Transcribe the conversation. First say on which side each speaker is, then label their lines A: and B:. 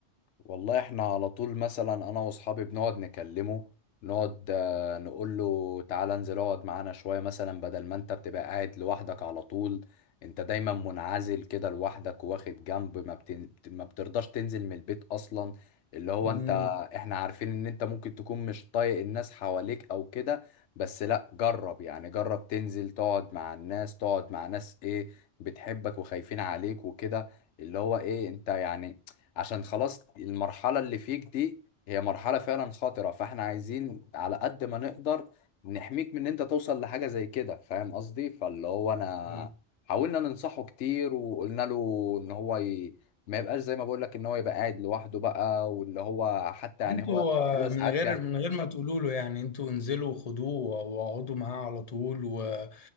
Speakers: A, on the left; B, on the left.
A: والله احنا على طول مثلا انا واصحابي بنقعد نكلمه نقعد آه، نقول له تعالى انزل اقعد معانا شوية مثلا بدل ما انت بتبقى قاعد لوحدك على طول انت دايما منعزل كده لوحدك واخد جنب ما, بتن... ما بترضاش تنزل من البيت اصلا اللي هو
B: يعني
A: انت احنا عارفين ان انت ممكن تكون مش طايق الناس حواليك او كده بس لا جرب يعني جرب تنزل تقعد مع الناس تقعد مع ناس ايه بتحبك وخايفين عليك وكده اللي هو ايه انت يعني عشان خلاص المرحلة اللي فيك دي هي مرحلة فعلا خطرة فاحنا عايزين على قد ما نقدر نحميك من ان انت توصل لحاجة زي كده فاهم قصدي فاللي هو انا
B: آه.
A: حاولنا ننصحه كتير وقلنا له ان هو ي... ما يبقاش زي ما بقول لك ان هو يبقى قاعد لوحده بقى واللي هو حتى يعني
B: انتوا
A: هو هو
B: آه،
A: ساعات
B: من غير
A: بيعمل
B: من غير ما تقولوا له يعني انتوا انزلوا وخدوه واقعدوا معاه على طول وما